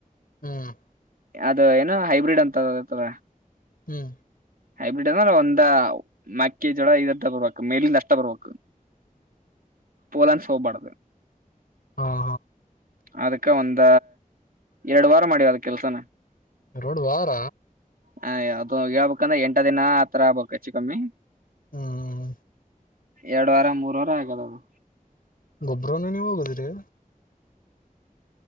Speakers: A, on the left (about 85°); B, on the right (about 80°).
A: ಹ್ಮ್
B: ಅದು ಏನು ಹೈಬ್ರಿಡ್ ಅಂತತದ
A: ಹ
B: ಹೈಬ್ರಿಡ್ ಅಂದ್ರ ಒಂದ ಮಕ್ಕಿ ಜೋಳ ಇದರ್ ಬರ್ಬೇಕು ಮೇಲಿಂದ ಅಷ್ಟ ಬರ್ಬೇಕು ಪೋಲಂಡ್ ಸೋಬಡ
A: ಹ
B: ಅದಕ್ಕ ಒಂದ ಎರಡು ವಾರ ಮಾಡಿವವ ಅದ ಕೆಲ್ಸನ
A: ಎಡು ವಾರ
B: ಹ ಯಾವ್ದದು ಹೇಳ್ಬೇಕಂದ್ರೆ ಎಂಟ ದಿನ ಆತರ ಆಗ್ಬ ಹೆಚ್ಚು ಕಮ್ಮಿ
A: ಹ್ಮ್
B: ಎರಡುುವಾರ ಮೂರ್ ವಾರ ಆಗದದು
A: ಗೊಬ್ಬ್ರನ ನೀವು ಹೋಗುದಿರಿ